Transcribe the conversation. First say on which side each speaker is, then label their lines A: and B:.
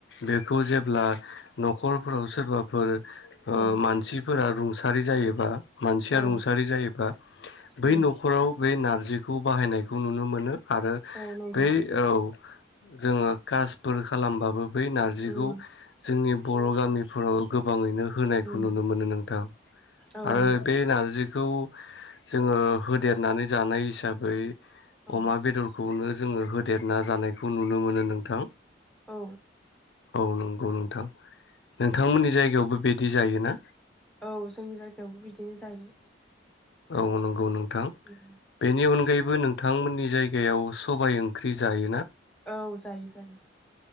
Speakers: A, on the left; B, in the centre.
A: बेखौ जेब्ला न'खरफोराव सोरबाफोर ओ
B: औ
A: मानसिफोरा रुं सारि जायोबा मानसिया
B: औ
A: रुंसारि जायोबा
B: उम
A: बै न'खराव बे नार बिखौ बाहायनायखौ नुनो मोनो। आरो
B: औ नंगौ
A: दै औ जोङो कास फोर खालामबाबो बै नारजिखौ
B: उम
A: जोंनि बर' गामि फोराव गोब बाङैनो होनायखौ
B: उम
A: नुनो मोनो नोंथां
B: औ
A: आरो
B: नंगौ
A: बे नारजि खौ जोङो होदेरनानै जानाय हिसाबै
B: औ
A: अमा बेदरखौनो जोङो होदेरना जानायखौ नुनो मोनो नों नथां
B: औ
A: औ नों उम थां नोंथांमोननि
B: उम
A: जाय बिदि जायोना
B: औ जोंनि जायगायावबो बिदिनो जायो।
A: औ नंगौ नं थां
B: उम
A: बेनि अनगायै बो नोंथांमोननि जायगायाव सबाय ओंख्रि जायोना?
B: औ जायो जायो।